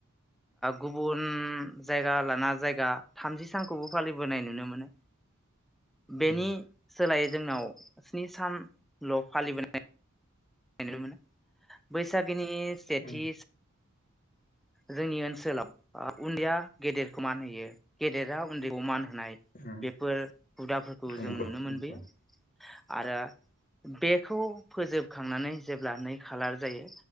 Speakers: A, in the centre; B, on the left.
A: गुबुन जायगा लाना जायगा थामजि सानखौबो फालिबोनाय नुनो मोनो। बेनि
B: उम उम उम
A: सोलाय जोंनाव स्नि सानल फालिबोनाय जा नुनो मोनो बैसागोनि सेथि
B: उम
A: जोंनि ओनसोलाव उन्दैया गेदेरखौ मान होयो गेदेरा उन्दैखौ मान होनाय
B: उम
A: बेफोर हुदाफोरखौ
B: नंगौ
A: जों नुनो मोनबोयो
B: उम उम
A: आरो बेखौ फोजोबखांनानै जेब्ला नै खालार जायो